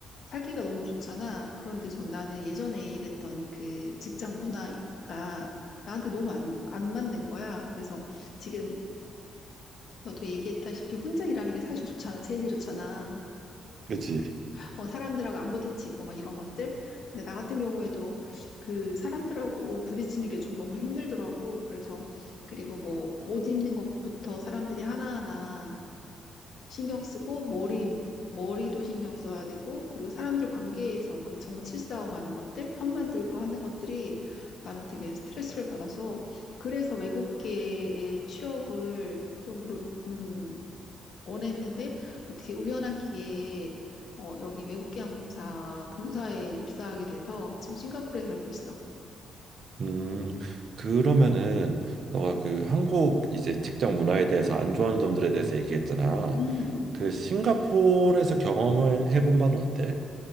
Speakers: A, on the left (about 55°); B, on the right (about 55°).
A: 살기가 너무 좋잖아. 그런데 전 나는 예전에 일했던 그 직장 문화가 나한테 너무 안, 안 맞는 거야. 그래서 지금 너도 얘기했다시피 혼자 일하는 게 사실 좋잖아. 제일 좋잖아.
B: 그치.
A: 어, 사람들하고 안 부딪히고 막 이런 것들. 근데 나 같은 경우에도 그 사람들하고 부딪히는 게 좀 너무 힘들더라고. 그래서 그리고 뭐 옷 입는 것부터 사람들이 하나하나 신경 쓰고 머리 머리도 신경 써야 되고 그리고 사람들 관계에서 그 정치 싸움하는 것들 편 만들고 하는 것들이 나는 되게 스트레스를 받아서 그래서 외국계의 취업을 좀 물- 음, 원했는데 어떻게 우연한 기회에 어, 여기 외국계 항공사 본사에 입사하게 돼서 지금 싱가포르에 살고 있어.
B: 음, 그러면은 너가 그 한국 이제 직장 문화에 대해서 안 좋아하는 점들에 대해서 얘기했잖아.
A: 음.
B: 그 싱가포르에서 경험을 해본 바는 어때?